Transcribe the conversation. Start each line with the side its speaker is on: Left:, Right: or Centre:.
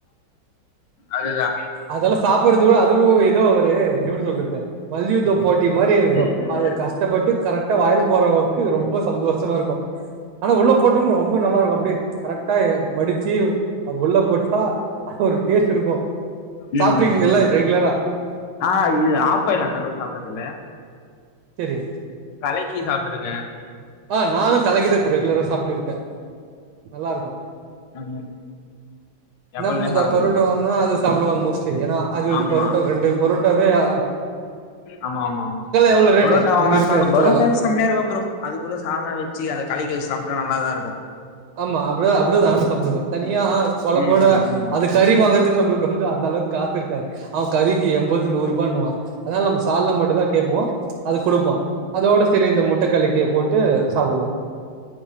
Left: அதுதா
Right: அதெல்லா சாப்பர்றதுக்கு அதுவு ஏதோ த எப்பிடி சொல்றது மல்யுத்த போட்டி மாரி இருக்கு
Left: ம் ம்
Right: அது கஷ்டப்பட்டு கரெக்டா வாயில்ல போறவரக்கு ரொம்ப சந்தோஷமா இருக்கு ஆனா உள்ள போட்டு ரொம்ப நல்லாருக்கு அப்புடே கரெக்டா எ மடிச்சு அது உள்ள போட்டா அது ஒரு டேஸ்ட் இருக்கு
Left: ம்
Right: சாப்ட்ருக்கீங்கல்ல
Left: ம் ம்
Right: ரெகுலரா
Left: ஆ இது ஆஃப்பாயல் நா அந்தளவு சாப்டதில்ல
Right: செரி
Left: கலக்கி சாப்ட்டுருக்கே
Right: ஆ நானு கலக்கிதா இப்போ ரெகுலரா சாப்ட்டுருக்கே நல்லா இருக்கு
Left: ஆமா
Right: இனா
Left: எப்பவுமே
Right: அந்த
Left: சாப்பிட்டது
Right: பரோட்டா
Left: இல்ல.
Right: வாங்குனா அத சாப்டுவாங்க மோஸ்ட்லி ஏன்னா அது வந்து
Left: ஆமா
Right: பரோட்டா ரெண்டு பொரோட்டாவே அ
Left: ஆமா ஆமா ஆமா
Right: எவ்ளோ ரேட்டு
Left: பரோட்டா வாங்குனா
Right: நீங்க இருக்கிற
Left: சாப்
Right: எடத்துலலா
Left: பரோட்டாவே செம்மெயா இருக்கு ப்ரோ அது கூடோ சால்னா வெச்சி அந்த கலக்கி வெச் சாப்ட்டா நல்லாதா இருக்கு
Right: ஆமா அப்புடே அப்புடே நானு சாப்புடுவே தனியா கொழம்போட
Left: ம் ம் ம்
Right: அதுக் கறி வாங்கற்துக்கு நம்ப்ளுக்கு வந்து அந் தளவ்க் காசு இருக்காது அவ கறிக்கு எண்பது நூறுபான்னுவா அதனால் நம்ப சால்னா மட்டு தா கேப்போ அது குடுப்பா அதோட செரி இந்த முட்ட கலக்கிய போட்டு சாப்டுவோ